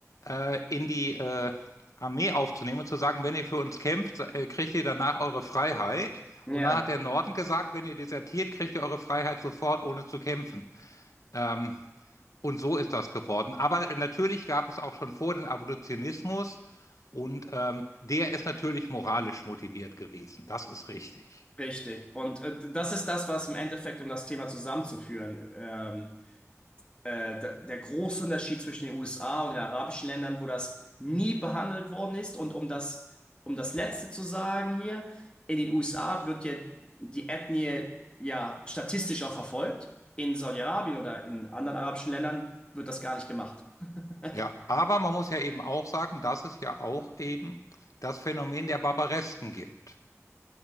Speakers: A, on the left (about 80°); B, on the left (about 20°).
A: äh, in die äh, Armee aufzunehmen und zu sagen, wenn ihr für uns kämpft, äh, kriegt ihr danach eure Freiheit.
B: Ja,
A: Und dann hat der Norden gesagt, wenn ihr desertiert, kriegt ihr eure Freiheit sofort, ohne zu kämpfen. Ähm, und so ist das geworden. Aber natürlich gab es auch schon vor den Abolitionismus und ähm, der ist natürlich moralisch motiviert gewesen. Das ist richtig.
B: richtig. Und äh, das ist das, was im Endeffekt, um das Thema zusammenzuführen, ähm, äh, d- der große Unterschied zwischen den USA und den arabischen Ländern, wo das nie behandelt worden ist. Und um das, um das Letzte zu sagen hier, in den USA wird ja die Ethnie ja statistisch auch verfolgt. In Saudi-Arabien oder in anderen arabischen Ländern wird das gar nicht gemacht. <laughs>
A: Ja, aber man muss ja eben auch sagen, dass es ja auch eben das Phänomen der Barbaresken gibt.